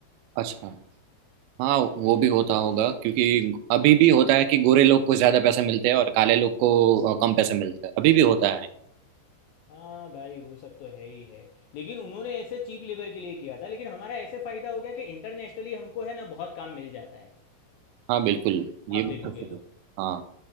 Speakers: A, on the right; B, on the left.
A: अच्छा हाँ वो भी होता होगा क्योंकि अभी भी होता है कि गोरे लोग को ज्यादा पैसे मिलते हैं और काले लोग को अ, कम पैसे मिलते हैं अभी भी होता है
B: हाँ भाई वो सब तो है ही है लेकिन उन्होंने ऐसे चीप लेबर के लिए किया था लेकिन हमारा ऐसे फायदा हो गया कि इंटरनेशनली हमको है ना बहुत काम मिल जाता है
A: हाँ बिल्कुल ये
B: आप
A: बिल्कुल
B: देखोगे
A: सही
B: तो
A: है। हाँ